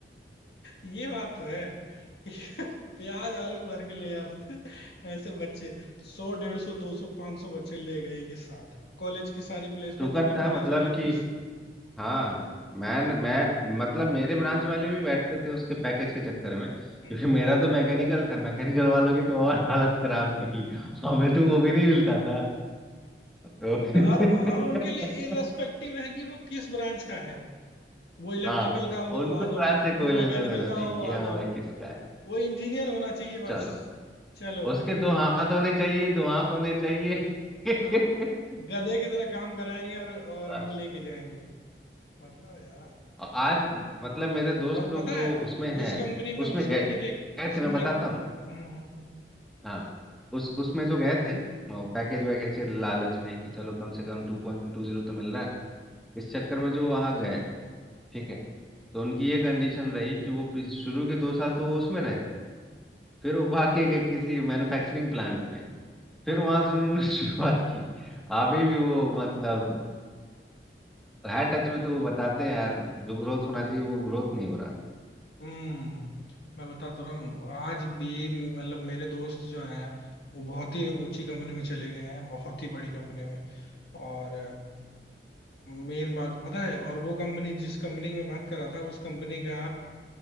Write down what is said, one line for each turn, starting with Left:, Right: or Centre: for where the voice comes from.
Left: ये बात तो है कि <laughs> प्याज आलू भर के ले आते थे ऐसे बच्चे सौ डेढ़ सौ दो सौ पांच सौ बच्चे ले गए के साथ कॉलेज की सारी प्लेसमेंट
Centre: शुक्र
Left: होगी
Centre: था
Left: कॉलेज
Centre: मतलब
Left: वाले
Centre: कि
Left: खुश
Centre: हाँ मैं मैं मतलब मेरे ब्रांच वाले भी बैठते थे उसके पैकेज के चक्कर में क्योंकि
Left: हम्म
Centre: मेरा तो मैकेनिकल था मैकेनिकल वालों की तो और हालत खराब थी हमें तो वो भी नहीं मिलता था तो <laughs>
Left: और और उनके लिए इररेस्पेक्टिव है कि वो किस ब्रांच का है वो इलेक्ट्रिकल
Centre: हाँ
Left: का हो
Centre: उनको
Left: आ जाओ
Centre: ब्रांड से कोई
Left: वो
Centre: लेना
Left: मैकेनिकल
Centre: देना नहीं
Left: का हो
Centre: कि हाँ
Left: आ जाओ
Centre: भाई किसका है
Left: वो इंजीनियर होना चाहिए
Centre: चलो
Left: बस चलो भाई
Centre: उसके दो हाथ होने चाहिए दो आंख होने चाहिए <laughs>
Left: हाँ गधे की तरह काम कराएंगे और और
Centre: बस
Left: हम लेके जाएंगे मतलब यार
Centre: और आज मतलब मेरे दोस्त
Left: और
Centre: लोग
Left: पता
Centre: जो
Left: है
Centre: उसमें
Left: उस
Centre: हैं
Left: कंपनी में
Centre: उसमें
Left: उस कंपनी
Centre: गए
Left: के
Centre: गए
Left: उस
Centre: थे
Left: कंपनी
Centre: मैं बताता
Left: के-
Centre: हूँ
Left: हम्म हम्म, हम्म,
Centre: हाँ उस उसमें जो गए थे पैकेज वैकेज के लालच में कि चलो कम से कम टू पॉइंट टू जीरो तो मिल रहा है इस चक्कर में जो वहाँ गए ठीक है तो उनकी ये कंडीशन रही कि वो पिछ- शुरू के दो साल तो वो उसमें रहे फिर वो बाकी के गए किसी मैन्युफैक्चरिंग प्लांट में फिर वहां से
Left: हम्म,
Centre: उन्होंने <laughs> शुरुआत की अभी भी वो मतलब है टच में तो वो बताते हैं यार जो ग्रोथ होना चाहिए वो ग्रोथ नहीं हो रहा
Left: हम्म, मैं बता तो रहा हूँ आज भी मतलब मेरे दोस्त जो हैं वो बहुत ही ऊंची कंपनी में चले गए हैं बहुत ही बड़ी कंपनी में और मेन बात पता है और वो कंपनी जिस कंपनी की मैं बात कर रहा था उस कंपनी का